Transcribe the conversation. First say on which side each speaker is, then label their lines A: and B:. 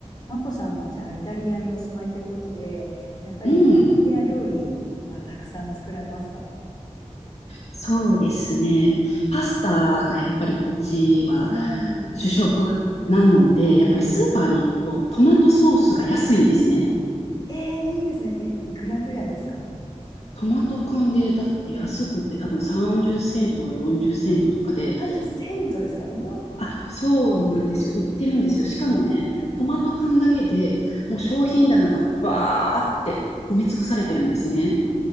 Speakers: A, on the left; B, on the left.
A: マコさんはじゃあイタリアにお住まいということで、やっぱりイタリア料理はたくさん作られますか
B: うん。そうですね。パスタがやっぱりこっちは
A: ああー、
B: 主食なので、やっぱりスーパーに行くとトマトソースが安いんですね。
A: はい。えー、いいですね。え、いくらぐらいですか
B: トマト缶でだって安くって多分30セントとか40セントとかで、
A: ?30 セントですかうわ
B: あ、そうなんですよ。売ってるんですよ。しかもね、トマト缶だけでもう商品棚がバーって埋め尽くされてるんですね。
A: ー。はい。うわ